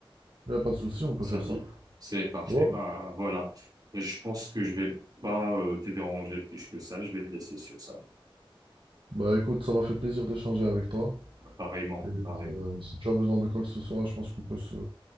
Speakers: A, on the right; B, on the right.
A: il n'y a pas de souci, on peut
B: Ça
A: faire
B: te
A: ça.
B: dit? C'est parfait.
A: Bon,
B: Bah voilà. Je pense que je vais pas euh, te déranger plus que ça. Je vais te laisser sur ça.
A: Bah écoute, ça m'a fait plaisir d'échanger avec toi.
B: Ah, Pareillement,
A: Et
B: pareillement.
A: euh, si tu as besoin de quoi que ce soit, je pense qu'on peut se,